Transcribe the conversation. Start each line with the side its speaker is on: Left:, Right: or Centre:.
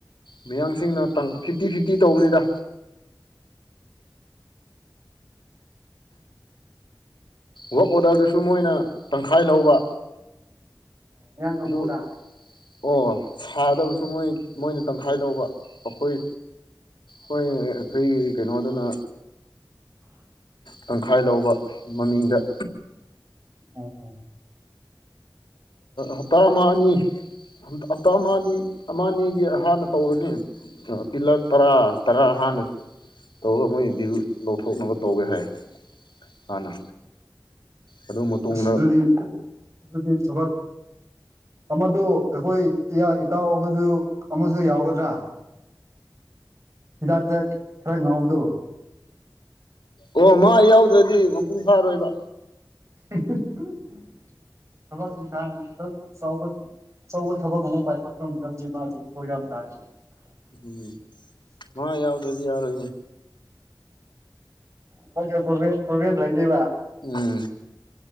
Left: ꯃꯌꯥꯡꯁꯤꯡꯅ ꯇꯪ ꯐꯤꯐꯇꯤ ꯐꯤꯐꯇꯤ ꯇꯧꯕꯅꯤꯗ ꯋꯥꯛ ꯑꯣꯗꯔꯗꯨꯁꯨ ꯃꯣꯏꯅ ꯇꯪꯈꯥꯏ ꯂꯧꯕ
Right: ꯃꯤꯌꯥꯡ ꯀꯥꯡꯕꯨꯅ
Left: ꯑꯗꯨ ꯑꯣ ꯁꯥꯗꯕꯁꯨ ꯃꯣꯏ ꯃꯣꯏꯅ ꯇꯪꯈꯥꯏ ꯂꯧꯕ ꯑꯩꯈꯣꯏ ꯍꯣꯏ ꯑꯩꯈꯣꯏꯒꯤ ꯀꯩꯅꯣꯗꯨꯅ ꯇꯪꯈꯥꯏ ꯂꯧꯕ ꯃꯃꯤꯡꯗ
Right: ꯑꯣ
Left: ꯍꯞꯇꯥ ꯑꯃ ꯑꯅꯤ ꯍꯞꯇꯥ ꯃꯥꯗꯤ ꯑꯃꯅꯤꯗꯤ ꯍꯥꯟꯅ ꯇꯧꯔꯅꯤ ꯄꯤꯂꯔ ꯇꯔꯥ ꯇꯔꯥ ꯍꯥꯟꯅ ꯇꯧꯔꯒ ꯃꯣꯏ ꯕꯤꯜ ꯂꯧꯊꯣꯛꯅꯕ ꯇꯧꯒꯦ ꯍꯥꯏ ꯍꯥꯟꯅ ꯑꯗꯨ ꯃꯇꯨꯡꯗ
Right: ꯑꯗꯨꯗꯤ ꯑꯗꯨꯗꯤ ꯊꯕꯛ ꯑꯃꯗꯨ ꯑꯩꯈꯣꯏ ꯏꯌꯥꯏ ꯏꯇꯥꯎ ꯑꯃꯗꯨ ꯑꯃꯁꯨ ꯌꯥꯎꯒꯗ꯭ꯔꯥ ꯍꯤꯗꯥꯛꯇ ꯈꯔ ꯉꯥꯎꯕꯗꯣ
Left: ꯑꯣ ꯃꯥ ꯌꯥꯎꯗ꯭ꯔꯗꯤ ꯃꯄꯨꯡ ꯐꯥꯔꯣꯏꯕ
Right: <unintelligible> ꯊꯕꯛ ꯏꯪꯈꯥꯡ ꯈꯔ ꯆꯥꯎꯕ ꯑꯆꯧꯕ ꯊꯕꯛ ꯑꯃ ꯄꯥꯏꯈꯠ ꯇꯥꯞ ꯇꯞꯗꯤ ꯃꯁꯨ ꯈꯣꯏ ꯌꯥꯝ ꯇꯥꯏ
Left: ꯎꯝ ꯃꯥ ꯌꯥꯎꯗ꯭ꯔꯗꯤ ꯌꯥꯔꯣꯏꯅꯦ
Right: <unintelligible> ꯄꯚꯦꯁ ꯂꯩꯗꯦꯕ
Left: ꯎꯝ